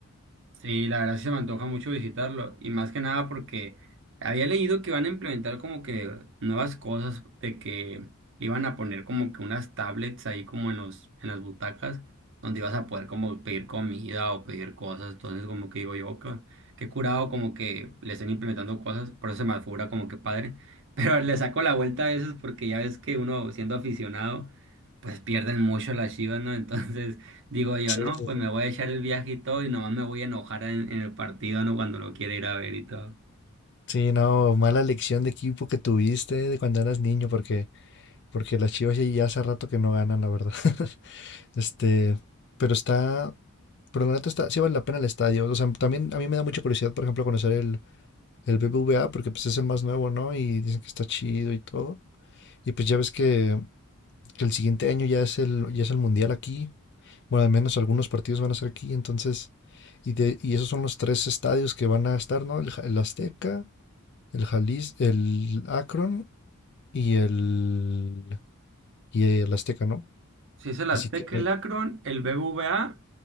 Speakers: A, on the right; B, on the left.
A: Sí, la verdad sí se me antoja mucho visitarlo y más que nada porque había leído que van a implementar como que nuevas cosas de que le iban a poner como que unas tablets ahí como en los en las butacas donde ibas a poder como pedir comida o pedir cosas, entonces como que digo yo que qué curado como que le estén implementando cosas, por eso se me figura como que padre, <laughs> pero le saco la vuelta a veces porque ya ves que uno siendo aficionado pues pierden mucho las Chivas, ¿no? Entonces Digo yo,
B: Sí,
A: no,
B: sí,
A: pues
B: sí.
A: me voy a echar el viaje y todo y nomás me voy a enojar en, en el partido, ¿no? Cuando lo quiera ir a ver y todo.
B: Sí, no, mala elección de equipo que tuviste de cuando eras niño, porque, porque las Chivas ya, ya hace rato que no ganan, la verdad. <laughs> Este, pero está, pero la neta está, sí vale la pena el estadio. O sea, también a mí me da mucha curiosidad, por ejemplo, conocer el, el BBVA, porque pues es el más nuevo, ¿no? Y dicen que está chido y todo. Y pues ya ves que que el siguiente año ya es el, ya es el mundial aquí. Bueno, al menos algunos partidos van a ser aquí, entonces, y, de- y esos son los tres estadios que van a estar, ¿no? El, Ja- el Azteca, el Jalis, el Akron y el, y el Azteca, ¿no?
A: Si es el
B: Así
A: Azteca,
B: que
A: el Akron, el BBVA